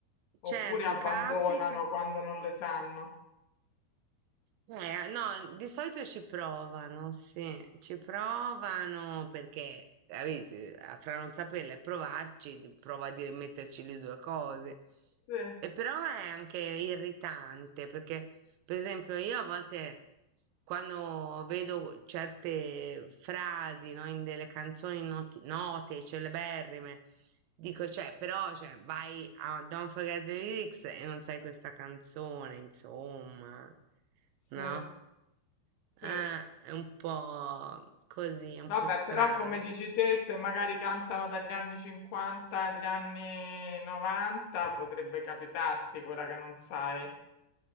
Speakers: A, on the left; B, on the right.
A: oppure
B: Certo,
A: abbandonano
B: capita.
A: quando non le sanno.
B: Eh, no, di solito ci provano, sì, ci provano perché, capite, eh, fra non saperle e provarci, di- prova a dire- metterci le due cose.
A: Sì,
B: E però è anche irritante perché, per esempio, io a volte quando vedo certe frasi, no, in delle canzoni noti- note, celeberrime, Dico, cioè, però, cioè, vai a Don't Forget the Lyrics e non sai questa canzone, insomma, no?
A: sì,
B: Eh,
A: sì.
B: è un po' così, è un
A: Vabbè,
B: po' strano.
A: però come dici te, se magari cantano dagli anni 50 agli anni 90, potrebbe capitarti quella che non sai.